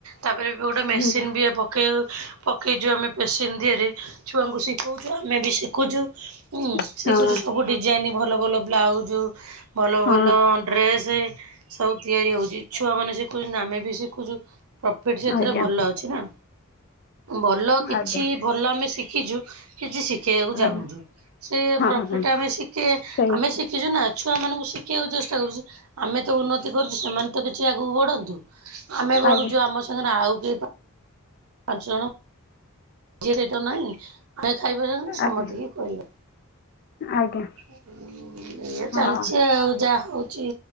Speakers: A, on the right; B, on the left.
A: ତାପରେ ବି ଗୋଟେ ମେସିନ୍
B: ହୁଁ
A: ବି ଏ ପ କେଉ, ପକେଇଚୁ ଆମେ ପେସିନ୍ ଦିହରେ ଛୁଆଙ୍କୁ ଶିଖଉଛୁ, ଆମେ ବି ଶିଖୁଛୁ। ଉଁ,
B: ଆଜ୍ଞା
A: ଶିଖୁଛୁ ସବୁ ଡିଜାଇନ୍ ଭଲ ଭଲ ବ୍ଲାଉଜୁ। ଭଲ
B: ହଁ
A: ଭଲ
B: ହଁ
A: ଡ୍ରେସେ ସବୁ ତିଆରି ହଉଚି। ଛୁଆମାନେ ଶିଖୁଚନ୍ତି, ଆମେ ବି ଶିଖୁଚୁ। ପ୍ରଫିଟ୍ ସେଥିରେ
B: ଆଜ୍ଞା
A: ଭଲ
B: ଆଜ୍ଞା
A: ଅଛି ନା? ଭଲ କିଛି
B: ଆଜ୍ଞା
A: ଭଲ ଆମେ ଶିଖିଛୁ, କିଛି ଶିଖେଇବାକୁ ଚାହୁଁଚୁ।
B: ଆଜ୍ଞା
A: ସେ
B: ହଁ
A: ପ୍ରଫିଟ୍
B: ହଁ
A: ଆମେ ଶିକେ,
B: ସେଇ
A: ଆମେ ଶିଖିଚୁ ନା। ଛୁଆମାନଙ୍କୁ ଶିଖେଇବାକୁ ଚେଷ୍ଟା କରୁଚି। ଆମେ ତ ଉନ୍ନତି କରୁଚୁ, ସେମାନେ ତ କିଛି ଆଗକୁ ବଢନ୍ତୁ। ଆମେ ବଢୁଚୁ,
B: ଆଜ୍ଞା
A: ଆମ ସାଙ୍ଗରେ ଆଉ କିଏ ପା-ପାଞ୍ଚ ଜଣ ଯିଏ ସେଇଠାରେ ନାଇଁ ଆମେ ଖାଇପାରିବାନି, ସମତିକି
B: ଆଜ୍ଞା
A: ଖୋଇବା।
B: ଆଜ୍ଞା
A: ଉଁ, ଏ
B: ହଁ
A: ଚାଲିଛି ଆଉ ଯାହା ହଉଚି